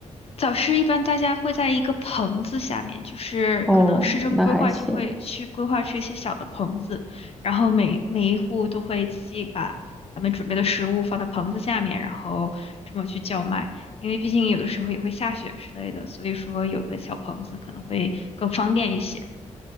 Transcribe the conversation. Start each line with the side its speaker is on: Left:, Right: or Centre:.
Left: 早市一般大家会在一个棚子下面，就是可能市政规划就会去规划出一些小的棚子，
Centre: 哦，那还行。
Left: 然后每每一户都会自己把咱们准备的食物放在棚子下面，然后这么去叫卖。因为毕竟有的时候也会下雪之类的，所以说有个小棚子可能会更方便一些。